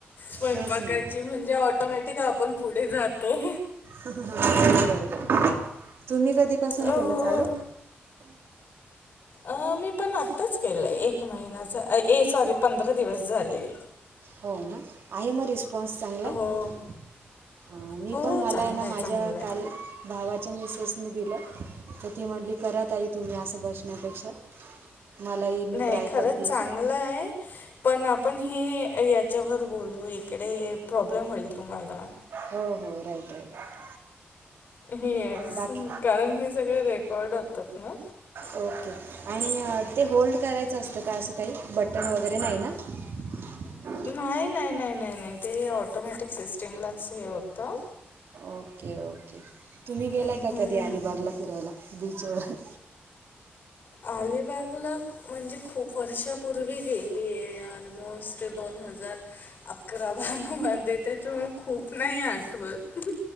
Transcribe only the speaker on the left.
स्वयंपाकाची
म्हणजे ऑटोमॅटिक आपण पुढे जा तो.
हो.
अ मी पण आत्ताच केलंय एक महिना्याच ए सॉरी पंधरा दिवस झाले
हो.
हो
चांगलंय
चांगलंय
नाही
खरंच
चांगलं
आहे पण आपण हे याच्यावर बोलू इकडे प्रॉब्लेम होईल तुम्हाला
येस
कारण हे सगळे रेकॉर्ड होतात ना
नाही नाही नाही नाही नाही ते ऑटोमॅटिक सिस्टीमलाच हे होतं
हम्म
आलेिबागला म्हणजे खूप वर्षापूर्वी गेली आहे ऑलमोस्ट दोन हजार अकरा बारा मध्ये त्याच्यामुळे खूप नाही आठवत